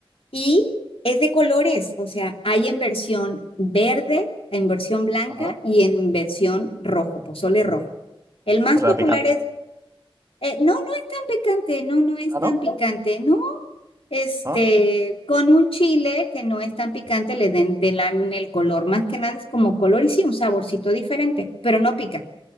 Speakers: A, on the left; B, on the right.
A: Y es de colores, o sea, hay en versión verde, en versión blanca
B: Ajá.
A: y en versión rojo, pozole rojo. El más
B: O sea,
A: popular
B: picante.
A: es, eh, no, no es tan picante, no, no es
B: Ah,
A: tan
B: ¿no?
A: picante, no. Este,
B: Ah.
A: con un chile que no es tan picante, le den, den el color, más que nada es como color y sí, un saborcito diferente, pero no pica.